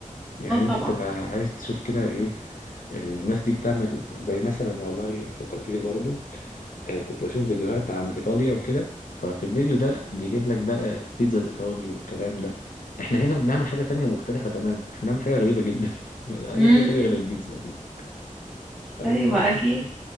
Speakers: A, on the left; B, in the centre.
A: يعني
B: اه طبعا
A: انت بتبقى عايز تشوف كده ايه الناس دي بتعمل زي مثلا والله فكرت لي برضه آه، كنت بشوف فيديوهات عن ايطاليا وكده ففي الفيديو ده بيجيب لك بقى البيتزا الايطالي والكلام ده احنا هنا بنعمل حاجه تانية مختلفه تماما احنا بنعمل حاجه غريبه جدا <laughs> اي
B: امم
A: حاجه تانية غير البيتزا دي فالواحد
B: ايوه اكيد